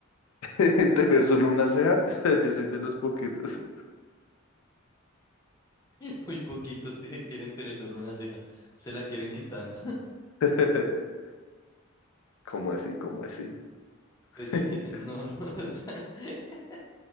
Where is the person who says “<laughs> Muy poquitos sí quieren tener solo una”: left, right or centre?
Left